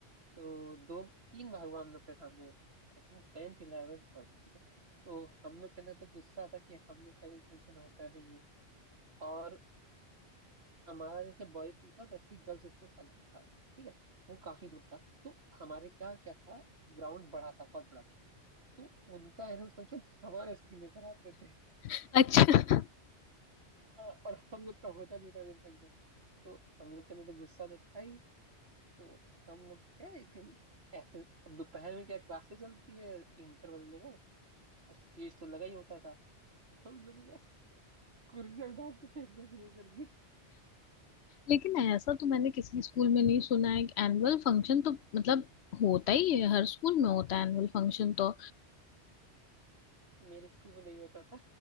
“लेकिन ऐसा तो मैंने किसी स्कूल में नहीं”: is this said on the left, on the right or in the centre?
Left